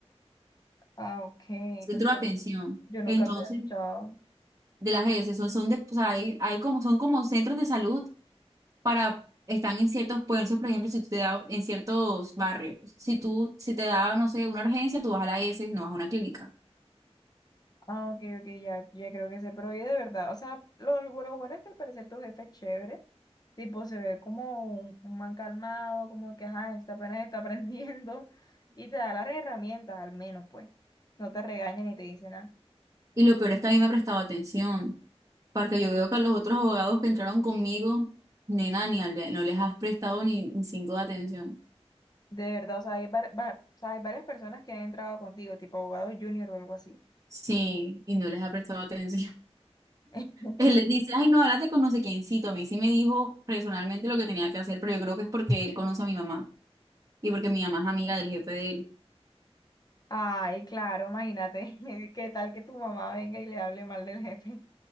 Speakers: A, on the left; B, on the right.
A: ah, ok,
B: centro
A: porque
B: de atención.
A: yo nunca
B: Entonces,
A: lo había escuchado.
B: de las S, son, son de, o sea, hay, hay como, son como centros de salud para, están en ciertos puestos, por ejemplo, si tú te da en ciertos barrios, si tú, si te da, no sé, una urgencia, tú vas a la S y no vas a una clínica.
A: Ah, ok, ok, ya, ya creo que sé, pero oye, de verdad, o sea, lo, lo bueno es que al parecer tu jefe es chévere, tipo, se ve como un, un man calmado, como que, ajá, está apenas está <laughs> aprendiendo, y te da las herramientas, al menos, pues, no te regaña ni te dice nada.
B: Y lo peor es que a mí me ha prestado atención, porque yo veo que a los otros abogados que entraron conmigo, nena, ni al- no les has prestado ni, ni cinco de atención.
A: De verdad, o sea, hay, var- va- o sea, hay varias personas que han entrado contigo, tipo abogado junior o algo así.
B: Sí, y no les ha prestado atención. <laughs>
A: <laughs>
B: Él le dice, ay, no, háblate con no sé quiéncito. A mí sí me dijo personalmente lo que tenía que hacer, pero yo creo que es porque él conoce a mi mamá y porque mi mamá es amiga del jefe de él.
A: Ay, claro, imagínate, <laughs> qué tal que tu mamá venga y le hable mal del jefe,